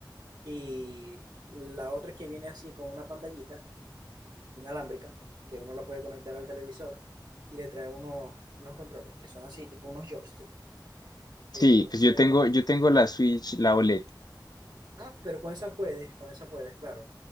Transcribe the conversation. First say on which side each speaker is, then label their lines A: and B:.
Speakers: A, on the right (about 60°); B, on the left (about 60°).
A: y la otra que viene así con una pantallita inalámbrica, que uno la puede conectar al televisor y le trae unos, unos controles, que son así, tipo unos joysticks. Entonces,
B: Sí, pues yo tengo, yo tengo la Switch, la OLED.
A: ah, pero con esa puedes, con esa puedes, claro,